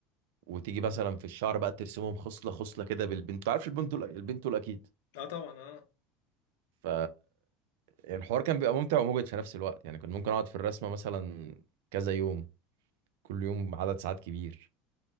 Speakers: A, on the right; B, on the left.
A: وتيجي مثلا في الشعر بقى ترسمهم خصله خصله كده بالبين انت عارف البين تول البين تول اكيد
B: اه طبعا اه
A: ف يعني الحوار كان بيبقى ممتع ومجهد في نفس الوقت يعني كنت ممكن اقعد في الرسمه مثلا كذا يوم كل يوم عدد ساعات كبير